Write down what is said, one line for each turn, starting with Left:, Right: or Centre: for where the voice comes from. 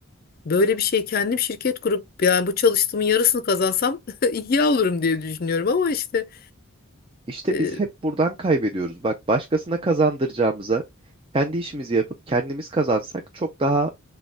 Left: Böyle bir şey kendim şirket kurup yani bu çalıştığımın yarısını kazansam <laughs> iyi olurum diye düşünüyorum ama işte
Right: İşte
Left: e,
Right: biz hep buradan kaybediyoruz. Bak başkasına kazandıracağımıza kendi işimizi yapıp kendimiz kazansak çok daha